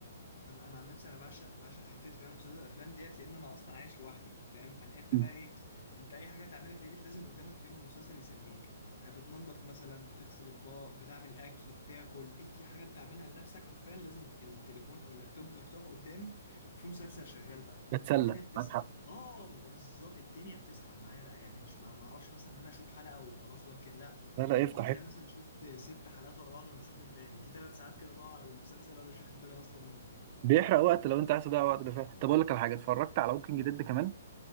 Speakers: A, on the left (about 65°); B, on the right (about 40°).
A: انا انا عن نفسي انا بعشق بعشق حته فاهم مسلسلات الافلام ديت لان انا اصلا عايش لوحدي فاهم فالحته
B: مم.
A: بقى ايه انت اي حاجه تعملها في البيت لازم قدامك فيلم ومسلسل يسليك آه، بتنظف مثلا بتغسل اطباق بتعمل اكل بتاكل اي حاجه بتعملها لنفسك حرفيا لازم التليفون او اللابتوب مفتوح قدامي في مسلسل شغال بقى
B: بتسلى
A: والدنيا بتسحب
B: معاك حق
A: اه بالظبط الدنيا بتسحب معايا بقى يعني مش ما ما اعرفش مثلا ان انا اشوف حلقه وخلاص واركن لا
B: لا لا افتح
A: ممكن تلاقي
B: افتح
A: مثلا شفت ست حلقات ورا بعض وانا مش واخد بالي في ثلاث ساعات كده ضاعوا على المسلسل وانا مش واخد بالي اصلا منهم
B: بيحرق وقت لو انت عايز تضيع وقت ده فعلا طب اقول لك على حاجه اتفرجت على ووكينج ديد كمان